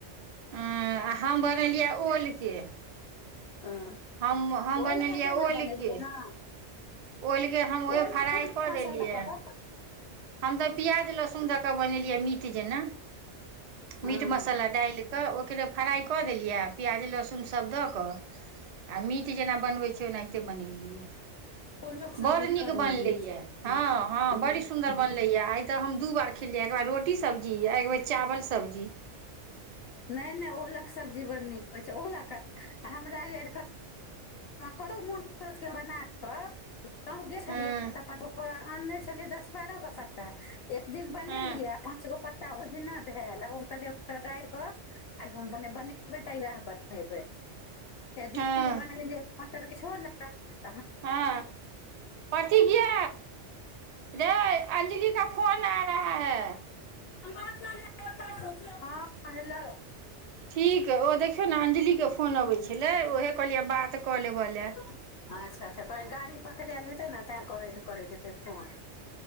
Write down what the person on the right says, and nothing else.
त ब
फ
क
प
ब
ब मिीटज ने
मीट मसाला डायल क किृ फ्राइ कऽ देलियैब प्याज लहसुन सभ दऽ कऽ आ मीट जेना बनबैत छै ओनाहिते बनेलबियै
बड़ नीक बनले
यए हँ हँ बड़ी
सुन्दर बनले या आइ तऽ हम दू बार खेलियै एकके बार रोटी सब्जी आ एकबर चावल सब्जी
हँ
हँ
हँ
हँ पतीिया रे अं्जलि का फोन आ रहा है
ठीक ह ओ देखियौ ने अंजलिक के फोन अबै छलै उहे कहलियै बात कऽ लेब ले